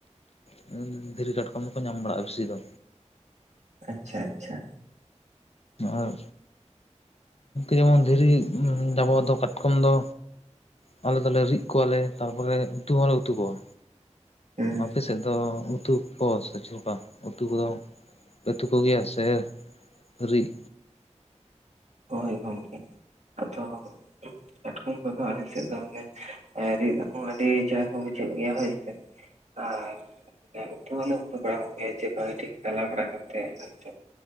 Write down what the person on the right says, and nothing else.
ᱟᱪᱪᱷᱟ ᱟᱪᱪᱷᱟ,
ᱦᱩᱸ
ᱦᱳᱭ ᱜᱚᱢᱠᱮ, <unintelligible> ᱟᱫᱚ ᱠᱟᱴᱠᱚᱢ ᱠᱚᱫᱚ ᱟᱞᱮᱥᱮᱫ ᱫᱚ ᱢᱟᱱᱮ, ᱨᱤᱫ ᱦᱚᱸ ᱟᱹᱰᱤ ᱪᱮᱨᱦᱨᱟ ᱠᱚ ᱵᱩᱡᱷᱟᱹᱜ ᱜᱮᱭᱟ ᱦᱳᱭᱥᱮ᱾ ᱟᱨ, ᱩᱛᱩ ᱦᱚᱸᱞᱮ ᱩᱛᱩ ᱵᱟᱲᱟ ᱠᱚᱜᱮᱭᱟ ᱡᱮ ᱵᱷᱟᱹᱜᱤ ᱴᱷᱤᱠ ᱪᱟᱞᱟᱣ ᱵᱟᱲᱟ ᱠᱟᱛᱮᱫ ᱦᱳᱭ ᱥᱮ,